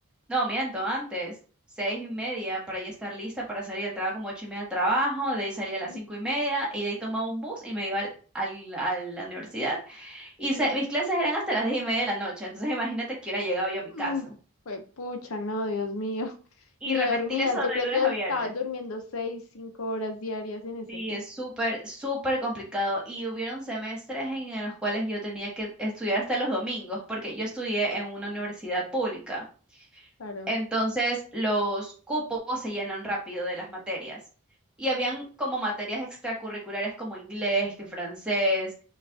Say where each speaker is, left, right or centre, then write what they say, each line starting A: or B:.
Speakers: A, in the centre; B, on the left.
A: no, miento, antes, seis y media para ya estar lista para salir. Entraba como ocho y media al trabajo, de ahí salía a las
B: Ujú,
A: cinco y media y de ahí tomaba un bus y me iba al- al- a la universidad. Y
B: Sí.
A: se- mis clases eran hasta las diez y media de la noche, entonces imagínate que hubiera llegado yo a mi casa.
B: Mm, Fue pucha, no, Dios mío. <laughs>
A: Y
B: Ni
A: repetir
B: dormías,
A: eso
B: yo
A: de
B: creo
A: lunes
B: que
A: a
B: estabas
A: viernes.
B: durmiendo seis, cinco horas diarias en ese
A: Sí,
B: tiempo,
A: es súper, súper complicado. Y hubieron semestres en, en los cuales yo tenía que estudiar hasta los domingos, porque yo estudié en una universidad pública.
B: claro.
A: Entonces, los cupos se llenan rápido de las materias. Y habían como materias extracurriculares como inglés, que francés,